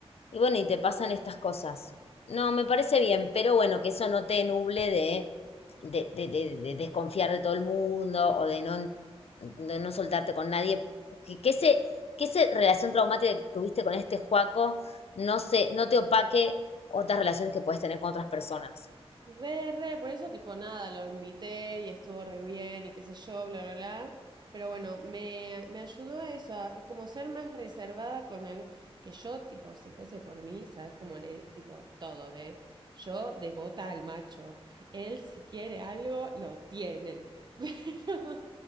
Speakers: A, on the left; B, on the right.
A: Y bueno, y te pasan estas cosas. No, me parece bien, pero bueno, que eso no te nuble de, de, de- de- de desconfiar de todo el mundo o de no, de no soltarte con nadie. Que, que ese, que esa relación traumática que tuviste con este Juaco no se, no te opaque otras relaciones que puedes tener con otras personas.
B: Re, re, por eso tipo nada, lo invité y estuvo re bien y qué sé yo, bla, bla, bla. Pero bueno, me, me ayudó a eso, a como ser más reservada con algo que yo, tipo, si fuese por mí, sabes cómo le, tipo, todo, ¿eh? Yo devota al macho. él si quiere algo, lo tiene. <laughs> Pero,